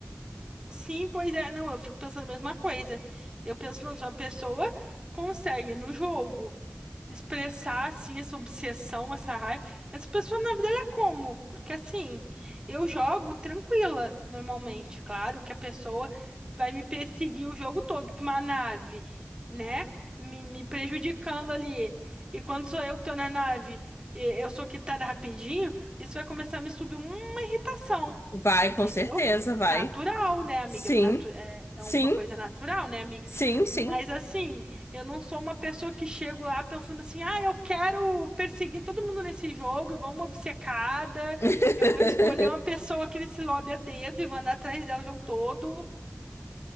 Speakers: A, on the right (about 20°); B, on the left (about 80°).
A: Sim, pois é, não, eu fico pensando a mesma coisa. Eu penso, não, se uma pessoa consegue no jogo expressar assim essa obsessão, essa raiva, essa pessoa na vida ela é como? Porque assim, eu jogo tranquila normalmente, claro que a pessoa vai me perseguir o jogo todo com uma nave, né? Me, me prejudicando ali. E quando sou eu que tô na nave, e eu sou quitada rapidinho, isso vai começar a me subir uma irritação,
B: Vai,
A: entendeu?
B: com certeza, vai.
A: Natural, né, amiga?
B: Sim,
A: Natu- É é
B: sim,
A: uma coisa natural, né, amiga?
B: sim, sim.
A: Mas assim, eu não sou uma pessoa que chego lá pensando assim, ah, eu quero perseguir todo mundo nesse jogo, igual uma obcecada.
B: <laughs>
A: Eu vou escolher uma pessoa aqui nesse lobby a dedo e vou andar atrás dela o jogo todo.